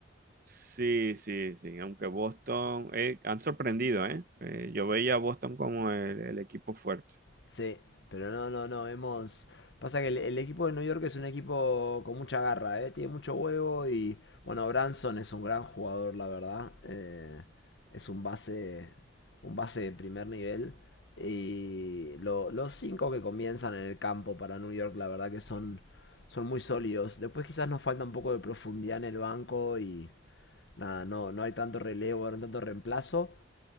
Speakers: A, on the right (about 50°); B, on the left (about 65°).
A: Sí, sí, sí. Aunque Boston, eh, han sorprendido, ¿eh? Eh, yo veía a Boston como el, el equipo fuerte.
B: Sí, pero no, no, no, hemos... Pasa que el, el equipo de New York es un equipo con mucha garra, ¿eh? Tiene mucho huevo y, bueno, Branson es un gran jugador, la verdad. Eh, es un base, un base de primer nivel. Y lo- los cinco que comienzan en el campo para New York, la verdad que son, son muy sólidos. Después quizás nos falta un poco de profundidad en el banco y, nada, no, no hay tanto relevo, no hay tanto reemplazo.